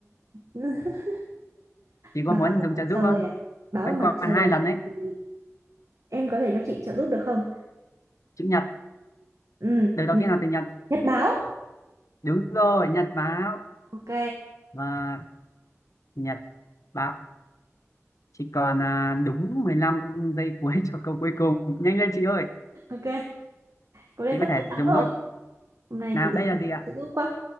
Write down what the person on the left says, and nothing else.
chị
có muốn
dùng trợ
giúp không
vẫn
còn
hai lần đấy
chữ nhật
từ đầu
tiên là từ nhật
đúng rồi nhật báo
và nhật báo chỉ còn à, đúng 15 giây cuối cho câu cuối cùng. Nhanh lên chị ơi,
chị
có thể
dùng
nốt.
Nào
đây
là
gì ạ?